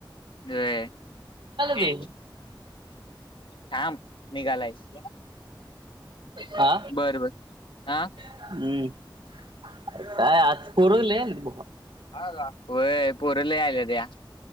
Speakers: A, on the left; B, on the right.
A: होय
B: ते
A: थांब निघालायस
B: हा
A: बर, बर आ
B: हम्म काय आज पुरलेन बबा.
A: हा का व्हय पोरलई आला त्या